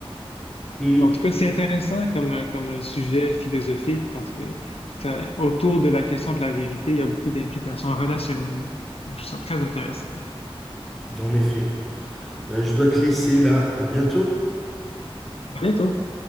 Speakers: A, in the centre; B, on the left (about 75°).
A: Hum,
B: En tout cas, c'est intéressant comme, comme sujet philosophique parce que ça, autour de la question de la vérité, il y a beaucoup d'implications relationnelles. Donc, Je trouve ça très intéressant.
A: en effet. Ben, je dois te laisser là. À bientôt.
B: À bientôt.